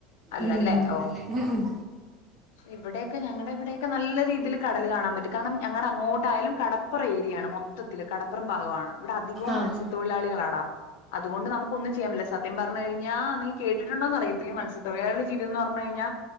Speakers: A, on the left; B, on the right.
A: അല്ലല്ലേ
B: ഉം
A: ഓ
B: ഉ ഉ
A: ഇവിടെയൊക്കെ ഞങ്ങളുടെ ഇവിടെയൊക്കെ നല്ല രീതീല്- കടല് കാണാൻ പറ്റും കാരണം ഞങ്ങളുടെ അങ്ങോട്ടായാലും കടപ്പുറ ഏരിയാണ് മൊത്തത്തില് കടപ്പുറം ഭാഗമാണ് ഇവിടെ അധികവും
B: ആഹ്
A: മത്സ്യത്തൊഴിലാളികളാടാ അതുകൊണ്ട് നമുക്ക് ഒന്നും ചെയ്യാൻ പറ്റില്ല സത്യം പറഞ്ഞ് കഴിഞ്ഞാൽ നി കേട്ടിട്ടുണ്ടോന്ന് അറിയത്തില്ല മത്സ്യത്തൊഴിലാളുടെ ജീവിതംന്ന് പറഞ്ഞ കഴിഞ്ഞാ